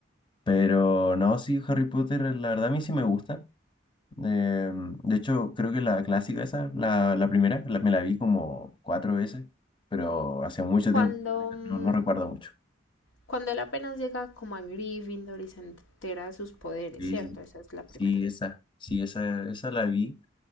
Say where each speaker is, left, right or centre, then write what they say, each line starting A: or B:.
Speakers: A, on the left (about 25°); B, on the left (about 80°).
A: Pero no, sí, Harry Potter, la verdad, a mí sí me gusta. Eh, de hecho, creo que la clásica esa, la, la primera, la- me la vi como cuatro veces, pero hace mucho
B: Cuando,
A: tiempo,
B: mm,
A: no no recuerdo mucho.
B: cuando él apenas llega como a Gryffindor y se entera de sus poderes,
A: Sí,
B: ¿cierto?
A: sí, sí,
B: Esa es la
A: Sí,
B: primera.
A: esa, sí, esa, esa la vi,